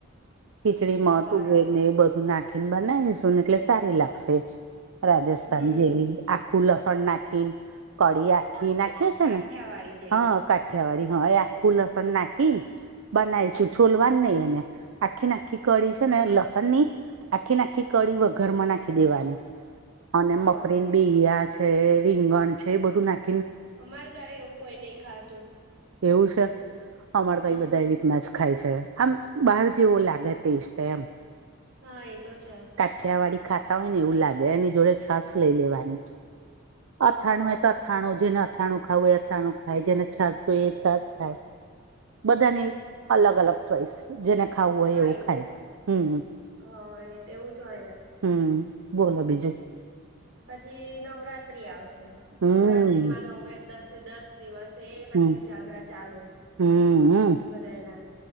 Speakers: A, on the right; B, on the right.
A: ખીચડીમાં
B: બરાબર
A: તુવેર ને એ બધું નાખીને બનાવીશું ને એટલે સારી લાગશે. રાજસ્થાન
B: હમ
A: જેવી આખું લસણ નાખી ન. કઢી આખી નાખીએ છીએ
B: કાઠિયાવાડી
A: ને
B: જેવી
A: હા કાઠિયાવાડી હા એ આખું લસણ નાખી ન, બનાઈશું છોલવાનું નહી એને આખી ન આખી કળી છે ને લસણની આખીને આખી ન આખી કળી વઘારમાં નાખી દેવાની. અને
B: હા
A: મગફળી ન બીયા છે, રીંગણ છે એ બધું નાખ
B: અમાર ઘરે એવું કોઈ નહી ખાતું.
A: એવું છે, અમાર તો
B: હમ
A: એ બધા એ રીતના જ ખાય છે. આમ, બાહર જેવો લાગે ટેસ્ટ એમ.
B: હા એ તો છે.
A: કાઠિયાવાડી ખાતા હોય ને એવું લાગે એની જોડે છાશ લઈ લેવાની.
B: હા
A: અથાણું એ તો અથાણું જેને અથાણું ખાવું એ અથાણું ખાય, જેને છાસ જોઇએ એ છાસ ખાય. બધાની અલગ અલગ. ચોઇસ જેને ખાવું હોય
B: હા
A: એવું
B: એ
A: ખાય
B: તે
A: હમ્મ.
B: હા એ તેવું જ હોય ને
A: હમ્મ બોલો બીજું.
B: પછી નવરાત્રી આવશે
A: હમ
B: નવરાત્રીમાં નવે દસે દસ દિવસ તે પછી
A: હમ
B: ઉજાગરા ચાલુ
A: હમ
B: બધાય ના.